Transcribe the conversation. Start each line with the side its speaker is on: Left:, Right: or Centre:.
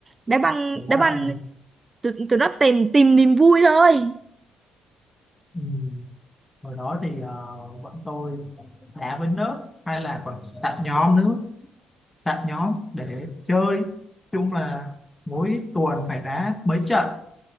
Right: đá banh
Left: trời
Right: đá banh
Left: đất ơi
Right: tụi, tụi nó tìm tìm niềm vui thôi
Left: ừ. hồi đó thì ờ, bọn tôi đá với nước hay là còn tạo nhóm nữa tạo nhóm để chơi chung là mỗi tuần phải đá mấy trận